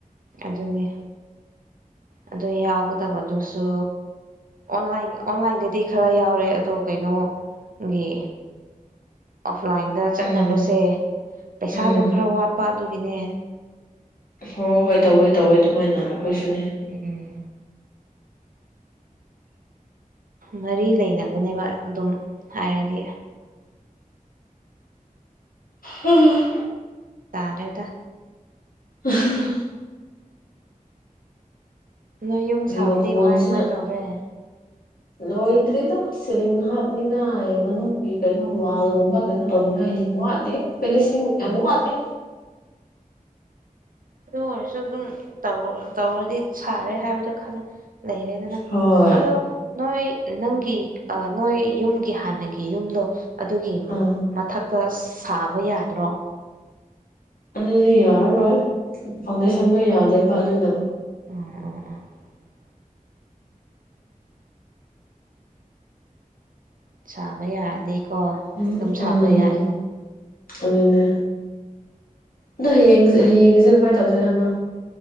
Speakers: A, on the right (about 70°); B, on the left (about 80°).
A: ꯑꯗꯨꯅꯤ ꯑꯗꯨ ꯌꯥꯎꯒꯗꯕꯗꯨꯁꯨ ꯑꯣꯟꯂꯥꯏꯟꯗꯗꯤ ꯈꯔ ꯌꯥꯎꯔꯦ ꯑꯗꯣ ꯀꯩꯅꯣꯒꯤ ꯑꯣꯐꯂꯥꯏꯟꯗ ꯆꯠꯅꯕꯁꯦ
B: ꯎꯝ
A: ꯄꯩꯁꯥꯗꯣ
B: ꯎꯝ
A: ꯈꯔ ꯋꯥꯠꯄ ꯑꯗꯨꯒꯤꯅꯦ
B: ꯍꯣꯏ ꯍꯣꯏ ꯇꯧꯋꯦ ꯇꯧꯋꯦ ꯑꯗꯨꯃꯥꯏꯅ ꯍꯁꯨꯅꯤ ꯑ
A: ꯎꯝ ꯃꯔꯤ ꯂꯩꯅꯕ ꯐꯕꯅꯦꯕ ꯑꯗꯨꯝ ꯍꯥꯏꯔꯗꯤ
B: ꯎꯝ
A: ꯇꯗꯔꯗ
B: ꯑ
A: ꯅꯣꯏ ꯌꯨꯝ ꯁꯥꯕꯗꯤ
B: ꯃꯈꯣꯟꯁꯤꯅ
A: ꯀꯃꯥꯏ ꯀꯃꯥꯏ ꯇꯧꯔꯦ
B: ꯂꯣꯏꯗ꯭ꯔꯦꯗ ꯁꯤꯂꯤꯡ ꯍꯥꯞꯅꯤꯡꯉꯥꯏ ꯃꯅꯨꯡꯒꯤ ꯀꯩꯅꯣ ꯋꯥꯜꯒꯨꯝꯕ ꯀꯩꯅꯣ ꯇꯧꯅꯤꯡꯉꯥꯏ ꯌꯥꯝ ꯋꯥꯠꯂꯤ ꯐꯤꯂꯤꯁꯤꯡ ꯌꯥꯝꯃꯨ
A: ꯎꯝ
B: ꯋꯥꯒꯦ
A: ꯑꯗꯨ ꯑꯣꯏꯔꯁꯨ ꯑꯗꯨꯝ ꯇꯧꯔꯗꯤ ꯁꯥꯔꯦ ꯍꯥꯏꯕꯗꯣ ꯈꯪ ꯂꯩꯔꯦꯗꯅ
B: ꯍꯣꯏ
A: ꯑꯗꯣ ꯅꯣꯏ ꯅꯪ ꯑ ꯅꯣꯏ ꯌꯨꯝꯒꯤ ꯍꯥꯟꯅꯒꯤ ꯌꯨꯝꯗꯣ ꯑꯗꯨꯒꯤ
B: ꯑꯥ
A: ꯃꯊꯛ ꯇ ꯁꯥꯕ ꯌꯥꯗ꯭ꯔꯣ
B: ꯑꯗꯤ ꯌꯔ ꯐꯥꯎꯟꯗꯦꯁꯟꯗꯣ ꯌꯥꯗꯦꯕ ꯑꯗꯨꯅ
A: ꯑꯣ ꯑꯣ ꯁꯥꯕ ꯌꯥꯔꯗꯤꯀꯣ
B: ꯝ
A: ꯑꯗꯨꯝ ꯁꯥꯕ
B: ꯎꯝ
A: ꯌꯥꯏꯑꯕ
B: ꯑꯗꯨꯅꯦ ꯑꯗꯣ ꯍꯌꯦꯡꯦ ꯍꯌꯦꯡꯒꯤꯁꯦ ꯀꯃꯥꯏ ꯇꯧꯁꯤꯦ ꯍꯥꯏꯃ